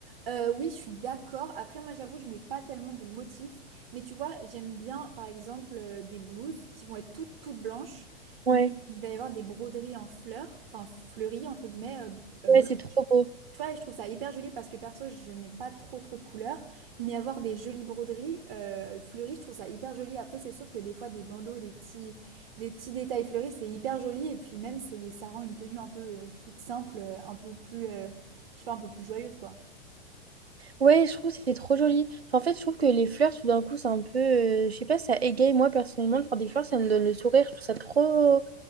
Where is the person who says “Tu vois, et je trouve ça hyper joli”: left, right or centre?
Right